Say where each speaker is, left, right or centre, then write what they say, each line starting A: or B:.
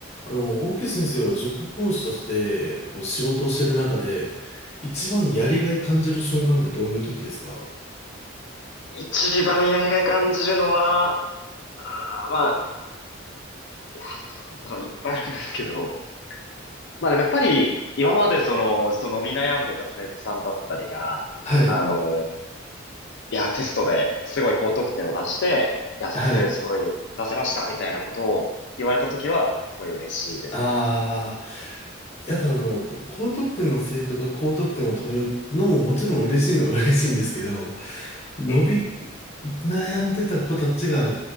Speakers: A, on the left; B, on the left.
A: あの、大木先生は塾講師として、こう、仕事をしてる中で、一番やりがい感じる瞬間ってどういう時ですか
B: 一番やりがい感じるのは、あーまあ、いや、どどれだろう、いっぱいあるんですけど、まあでもやっぱり、今までその、ずっと伸び悩んでた生徒さんだったりが、
A: はい、
B: あのーいや、テストですごい高得点を出して、いや、先生すごい出せました、
A: はい。
B: みたいなことを言われたときは、すごい嬉しいですね。
A: ああ、やっぱあの、こう、高得点の生徒が高得点を取るのももちろん嬉しいのは嬉しいんですけど、伸び、
B: え、え、
A: 悩んでた子たちが、